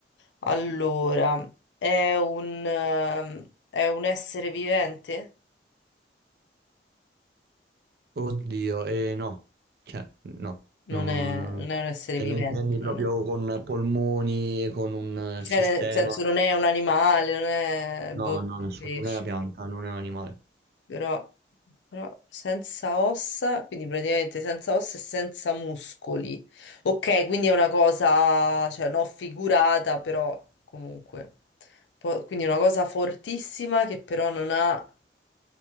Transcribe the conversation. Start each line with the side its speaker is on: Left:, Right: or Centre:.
Left: Allora, è un, ehm, è un essere vivente?
Right: Oddio, eh, no, cioè no,
Left: Non
Right: no,
Left: è, non è un essere
Right: se
Left: vivente,
Right: lo intendi proprio
Left: non è.
Right: con polmoni, con un
Left: Cioè,
Right: eh, sistema,
Left: nel senso, non è un animale, non è boh,
Right: no, no,
Left: un
Right: nessuno,
Left: pesce.
Right: non è una pianta, non è un animale.
Left: però, però senza ossa, quindi praticamente senza ossa e senza muscoli. Ok, quindi è una cosa, cioè non figurata, però comunque. Po- quindi una cosa fortissima che però non ha...